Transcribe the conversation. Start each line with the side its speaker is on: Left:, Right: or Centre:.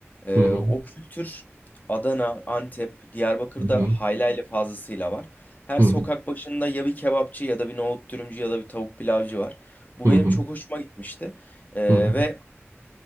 Left: Ee,
Right: Hı hı.
Left: o kültür Adana, Antep, Diyarbakır'da
Right: Hı hı.
Left: haylayla fazlasıyla var. Her
Right: Hı
Left: sokak başında ya bir kebapçı ya da bir nohut dürümcü ya da bir tavuk pilavcı var. Bu
Right: hı. Hı
Left: benim
Right: hı.
Left: çok hoşuma gitmişti. Ee,
Right: Hı hı.
Left: ve